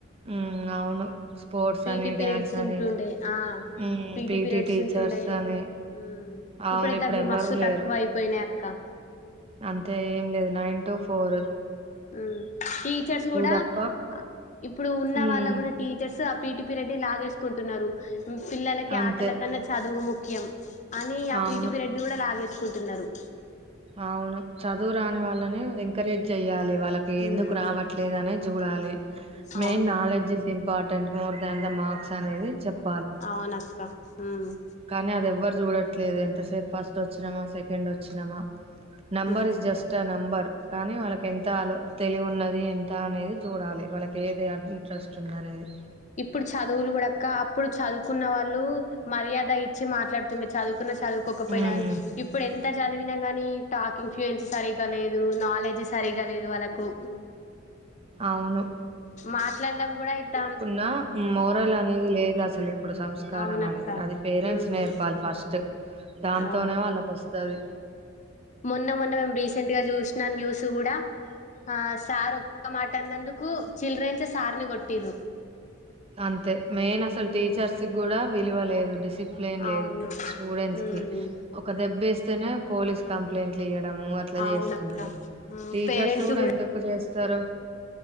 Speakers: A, on the right; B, on the left.
A: మ్మ్ అవును స్పోర్ట్స్
B: పీటి
A: అని
B: పీరియడ్స్
A: డ్యాన్స్ అని
B: ఉంటుండే ఆహ్
A: హ్మ్.
B: పీటి
A: పీటీ
B: పీరియడ్స్
A: టీచర్స్
B: ఉంటుండే
A: అని
B: ఉహ్
A: అవును
B: ఇప్పుడైతే
A: ఇప్పుడు
B: అవి
A: ఎవ్వరూ
B: మస్తు
A: లేరు.
B: తక్కువ అయిపోయినాయి అక్ క్క
A: అంతే ఏం లేదు నైన్ టు ఫోర్
B: ఆహ్ టీచర్స్ కూడా
A: తప్ప
B: ఆ ఇప్పుడు ఉన్న
A: హ్మ్.
B: వాళ్ళ కూడా టీచర్స్ ఆ పీటి పీరియడ్ ని లాగేసుకుంటున్నారు పిల్లలకి
A: అంతే.
B: ఆటల కన్నా చదువు ముక్ ముక్యం అని ఆ
A: అవును.
B: పీటి పిరయడ్ ని కూడా లాగేస్ కుంటున్నారు
A: అవును చదువు రాని వాళ్ళని ఎంకరేజ్ జెయ్యాలి వాళ్ళకి
B: ఉమ్
A: ఎందుకు రావట్లేదు అని చూడాలి మెయిన్
B: అవును
A: నాలెడ్జ్ జి important more than the marks అనేది చెప్పా
B: అవునక్క ఆహ్
A: కానీ అది ఎవ్వరు చూడట్లేదు, ఎంతసేపు ఫస్ట్ వచ్చినమా సెకండ్ వచ్చినమా number
B: um
A: is just a number కానీ వాళ్ళకి ఎంత అలవ్ తెలివు ఉన్నది. ా అనేది చూడాలి వాళ్ళకి ఏది ఇంట్రెస్ట్ ఉంది అనేది
B: ఇప్పుడు చదువులు కూడా అక్క అప్పుడు చదువుకున్న వాళ్ళు మర్యాద ఇచ్చి మాట్లాడుతుండే చదువు చదువుకోకపోయినా
A: మ్మ్
B: కాని ఇప్పుడు ఎంత అంత చదివినా గాని టాకింగ్ ఫ్యూన్స్ సరిగ్గా లేదు నాలెడ్జ్ సరి్గా లేదు వాళ్ళకు
A: అవును
B: మాట్లాడడంం కూడా ఇయిద్దాం
A: న్నా మోరల్ అనేది లేదు అసలు ఇప్పుడు సంస్కారం
B: అవునక్క
A: అనేది అది పేరెంట్స్
B: ఉమ్
A: నేర్పాలి ఫస్ట్ దాంతోనే
B: అవును
A: వాళ్ళకు వస్తుంది తది
B: మొన్న మొన్న మేము రీసెంట్ గా చూసినం న్యూస్ కూడా ఆ సార్ ఒక్క మాట అన్నందుకు చిల్డ్రెన్స్ సార్ ని కొట్టి్రు
A: అంతే మెయిన్ అసలు టీచర్స్ కి కూడా విలువ లేదు డిసిప్లిన్ లేదు
B: అవును
A: స్టూడెంట్స్
B: ఉమ్
A: కి ఒక దెబ్బే పోలీస్ కంప్లైంట్లు అట్లా చేస్తున్నారు
B: అవునక్క ఉమ్
A: టీచర్స్
B: పేరెంట్స్
A: కూడా ఎందుకు చేస్తారు